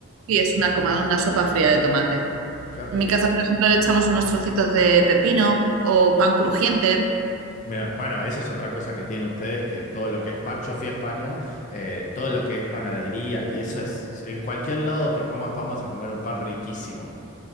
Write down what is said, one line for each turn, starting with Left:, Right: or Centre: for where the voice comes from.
Right: Y es una, coma- una sopa fría de tomate.
Left: Qué
Right: En
Left: rico.
Right: mi casa, por ejemplo, le echamos unos trocitos de pepino o pan crujiente.
Left: Mira, bueno, esa es otra cosa que tienen ustedes, que todo lo que es pan, yo fui a España, eh, todo lo que es panadería, y eso es, en cualquier lado que comas pan vas a comer un pan riquísimo.